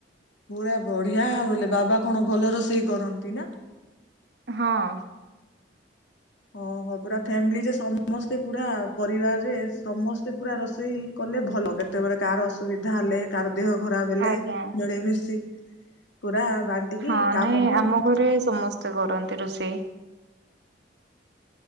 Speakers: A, on the left; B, on the right.
A: ପୁରା ବଢିଆ ଆଉ। ହେଲେ ବାବା କଣ ଭଲ ରୋଷେଇ କରନ୍ତି ନା?
B: ହଁ।
A: ଓହୋ ପୁରା ଫ୍ୟାମିଲିରେ ସମସ୍ତେ ପୁରା ପରିବାରରେ ସମସ୍ତେ ପୁରା ରୋଷେଇ କଲେ ଭଲ କେତେବେଳେ କାହାର ଅସୁବିଧା ହେଲେ, କାର ଦେହ। ଖରା ବେଲେ
B: ଆଜ୍ଞା
A: ଜଳେଇ ମିଶି ପୁରା। ବାଣ୍ଟିକି
B: ହଁ।
A: କାମ
B: ନାଇଁ
A: ବି
B: ଆମ ଘରେ ସମସ୍ତେ କରନ୍ତି ରୋଷେଇ।